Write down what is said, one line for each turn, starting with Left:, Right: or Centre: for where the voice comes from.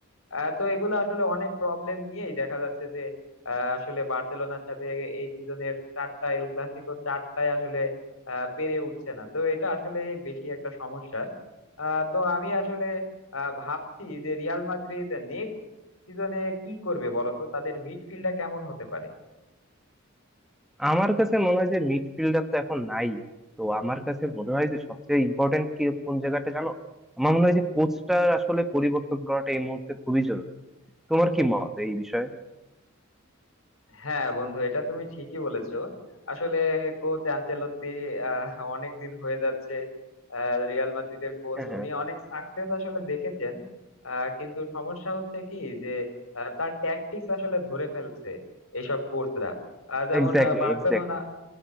Left: আহ, তো এগুলো আসলে অনেক প্রবলেম নিয়েই দেখা যাচ্ছে যে আহ, আসলে বার্সেলোনার সাথে এই সিজনের চারটা এল ক্লাসিকো চারটায় আসলে আহ, পেরে উঠছে না তো এটা আসলে বেশি একটা সমস্যা আহ, তো আমি আসলে আহ, ভাবছি যে রিয়াল মাদ্রিদ নেক্সট সিজনে কি করবে বলতো তাদের মিডফিল্ডটা কেমন হতে পারে
Centre: আমার কাছে মনে হয় যে মিডফিল্ডার তো এখন নাই তো আমার কাছে মনে হয় যে সবচেয়ে ইম্পর্টেন্ট কি কোন জায়গাটা জানো আমার মনে হয় যে কোচটার আসলে পরিবর্তন করাটা এই মুহূর্তে খুবই জরুরি তোমার কি মত এই বিষয়ে
Left: হ্যাঁ বন্ধু এটা তুমি ঠিকই বলেছো আসলে কোচ আনচেলত্তি অনেক দিন হয়ে যাচ্ছে আহ, রিয়াল মাদ্রিদের কোচ
Centre: হ্যাঁ হ্যাঁ
Left: উনি অনেক সাকসেস আসলে দেখেছেন আহ, কিন্তু সমস্যা হচ্ছে কি যে আহ, তার ট্যাকটিক্স আসলে ধরে ফেলছে এইসব কোচরা আহ, যেমন
Centre: Exactly
Left: আহ, বার্সেলোনা
Centre: exactly